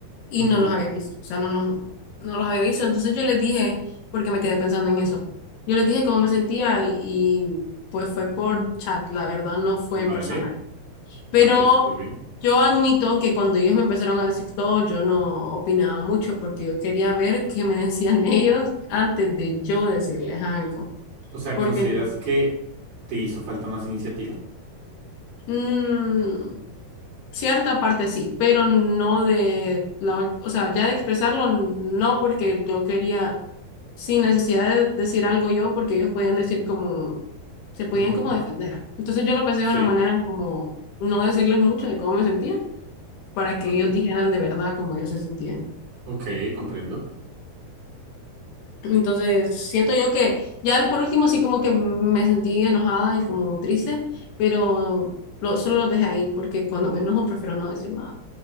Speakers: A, on the left; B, on the right.
A: y
B: Ujú,
A: no los había visto, o sea, no los, no los había visto, entonces yo les dije, porque me quedé pensando en eso, yo les dije cómo me sentía y pues fue por chat, la verdad, no fue
B: Vale,
A: en persona. Pero
B: vale, súper bien.
A: yo admito que cuando ellos me empezaron a decir todo, yo no opinaba mucho porque yo quería ver qué me decían <laughs> ellos antes de yo decirles algo.
B: O sea,
A: Porque
B: ¿consideras que te hizo falta más iniciativa?
A: mm, cierta parte sí, pero no de la, ul- o sea, ya de expresarlo, no porque yo quería, sin necesidad de decir algo yo, porque ellos podían decir como, se podían
B: Ujú,
A: como defender. Entonces yo lo pensé
B: Sí,
A: de una manera como no decirles mucho de cómo me sentía, para
B: vale.
A: que ellos dijeran de verdad cómo ellos se sentían.
B: Ok, comprendo.
A: Entonces, siento yo que ya por último sí como que me sentí enojada y como triste, pero lo- solo lo dejé ahí porque cuando me enojo prefiero no decir nada.